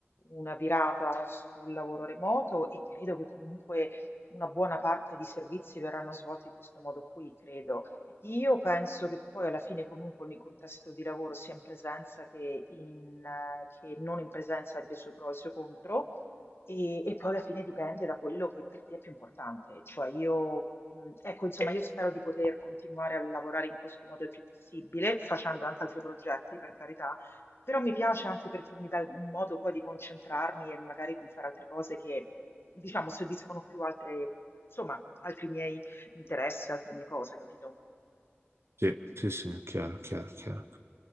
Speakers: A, on the left; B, on the right.
A: una virata sul lavoro remoto e credo che comunque una buona parte di servizi verranno svolti in questo modo qui, credo. Io penso che poi alla fine comunque ogni contesto di lavoro sia in presenza che, in, eh, che non in presenza abbia i suoi pro e i suoi contro. E, e poi alla fine dipende da quello che per te è più importante. Cioè io, mh, ecco, insomma, io spero di poter continuare a lavorare in questo modo il più possibile, facendo anche altri progetti, per carità, però mi piace anche perché mi dà un modo poi di concentrarmi e magari di fare altre cose che, diciamo, soddisfano più altre, insomma, altri miei interessi, altre mie cose, capito?
B: Sì, sì, sì, chiaro, chiaro, chiaro.